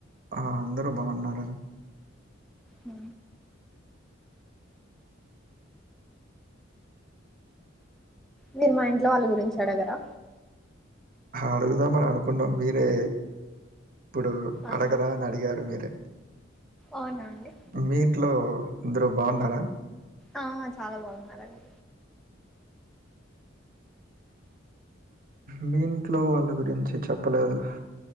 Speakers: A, on the right (about 45°); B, in the centre.
A: ఆ అందరూ బాగున్నారండి
B: అ మీరు మా ఇంట్లో వాళ్ళ గురించి అడగరా
A: అడుగుదామని అనుకున్న మీరే ఇప్పుడు
B: ఆహా
A: అడగరా అని అడిగారు మీరే
B: అవునాండి
A: మీ ఇంట్లో అందరు బాగున్నారా
B: ఆ చాలా బాగున్నారండి
A: మీ ఇంటో వాళ్ళ గురించి చెప్పలేదు